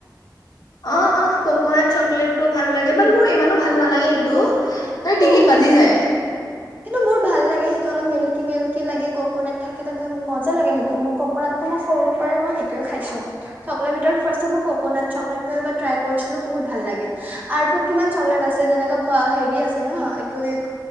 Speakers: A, on the left; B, on the right.
A: অ অ ককনাট চক ক্লেত টো ভাল লাগে
B: সেইটো
A: বাট মোৰ ইমানো ভাল নালাগে সেইটো মানে
B: সেইটো
A: ডিঙিত বাজি যায়
B: কিন্তু মোৰ ভাল লাগে সেইটো অলপ মিল্কি মিল্কি লাগে কক'নাট থাকে তাতে মজা লাগে সেইটো মোৰ কক'নাট টো মই সৰু পৰাই মই সেইটোয়ে খাইছো চকলেটৰ ভিতৰত ফাৰ্ষ্টত মই ককনাট চকলেটটো এবাৰ ট্ৰাই কৰিছিলোঁ বহুত ভাল লাগে আৰু তোক কিমান চকলেট আছে যেনেকা হেৰি আছে ন এইটো কি <unintelligible>